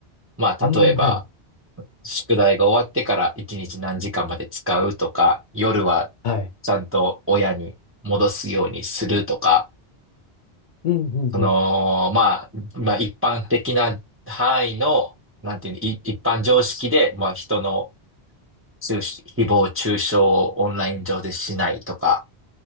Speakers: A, on the right (about 20°); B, on the left (about 55°).
A: まあ、
B: うん、
A: 例えば、
B: はい。
A: 宿題が終わってから1日何時間まで使うとか、夜は
B: はい。
A: ちゃんと親に戻すようにするとか、
B: うん、うん、
A: その、
B: うん。
A: まあ、まあ、一般的な範囲の、なんていうの、い一般常識で、まあ、人の中傷誹謗中傷をオンライン上でしないとか、